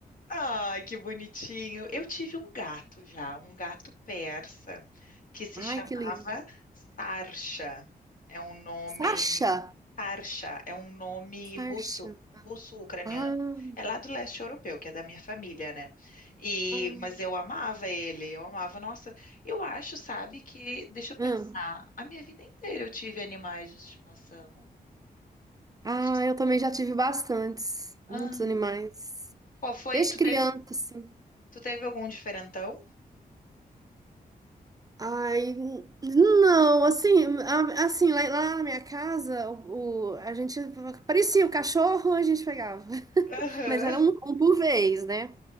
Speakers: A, on the left; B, on the right.
A: Ai, que bonitinho. Eu tive um gato já, um gato persa, que se
B: Ai,
A: chamava
B: que lindo.
A: Sarsha. É um nome.
B: Sasha,
A: Sarsha é um nome
B: Sasha.
A: russo, russo-ucraniano.
B: Ah,
A: É lá do leste europeu, que é da minha família, né? E,
B: ah,
A: mas eu amava ele, eu amava. Nossa, eu acho, sabe, que. Deixa eu pensar.
B: hum.
A: A minha vida inteira eu tive animais de estimação.
B: Ah,
A: Acho que.
B: eu também já tive bastantes,
A: Aham.
B: muitos animais.
A: Qual foi?
B: Desde
A: Tu
B: criança,
A: teve,
B: assim.
A: tu teve algum diferentão?
B: Ai, n- não, assim, a- assim, lá, lá na minha casa, o, o- a gente parecia o cachorro, a gente pegava. <laughs>
A: Aham.
B: Mas era um, um por vez, né?